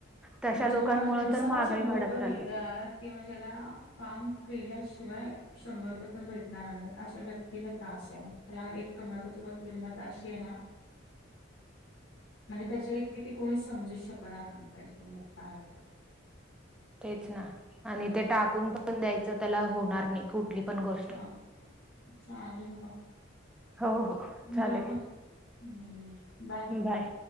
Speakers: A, in the centre; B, on the left.
A: तशा
B: पण
A: लोकांमुळे
B: जो माणूस दिवसालाच
A: तर महागाई
B: शंभर
A: वाढत
B: रुपये
A: चालली
B: मिळतो <unintelligible> <unintelligible> किंवा ज्याला काम केल्याशिवाय <unintelligible> <unintelligible> शंभर रुपये पण भेटणार नाही अशा व्यक्तीला त्रास आहे मला एक टोमॅटोची पण किंम त अशी आहे ना
A: <unintelligible>
B: म्हणजे त्याच्या इतकीि त कोणी समजू शकणार नाही पाहिजे तुम काय
A: तेच ना आणि ते टाकून पण द्यायचं त्याला होणार नाही कुठली पण गोष्ट
B: मग
A: <unintelligible>
B: चालेल ना
A: हो हो चालेल
B: बोल <unintelligible> <unintelligible> हम्म बा
A: बाय